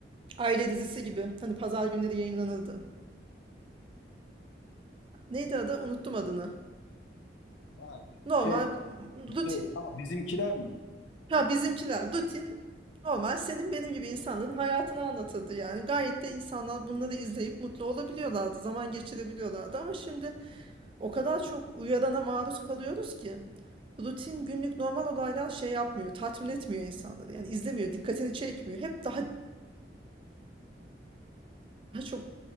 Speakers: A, on the right; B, on the left.
A: Aile dizisi gibi. Hani pazar günleri yayınlanırdı. Neydi adı? Unuttum adını.
B: ha,
A: Normal
B: şey
A: Aa, rutin,
B: şey ama bizimkiler mi?
A: Ya, bizimkiler rutin, normal senin benim gibi insanların hayatını anlatırdı yani. Gayet de insanlar bunları izleyip mutlu olabiliyorlardı, zaman geçirebiliyorlardı ama şimdi o kadar çok uyarana maruz kalıyoruz ki rutin, günlük, normal olaylar şey yapmıyor, tatmin etmiyor insanları. Yani izlemiyor, dikkatini çekmiyor. Hep daha, daha çok